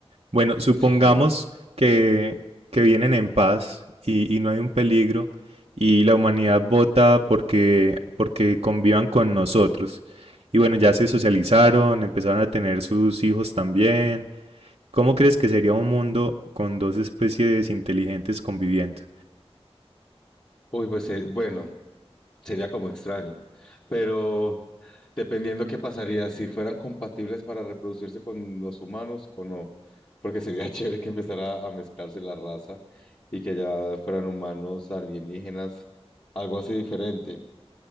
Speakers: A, on the right (about 75°); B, on the left (about 40°).
A: Bueno, supongamos
B: Sí.
A: que, que vienen en paz y, y no hay un peligro y la humanidad vota porque, porque convivan con nosotros. Y bueno, ya se socializaron, empezaron a tener sus hijos también ¿Cómo crees que sería un mundo con dos especies inteligentes conviviendo?
B: Uy, pues eh, bueno, sería como extraño. Pero dependiendo qué pasaría, si fueran compatibles para reproducirse con los humanos o no, porque sería <laughs> chévere que empezara a mezclarse la raza y que ya fueran humanos, alienígenas, algo así diferente.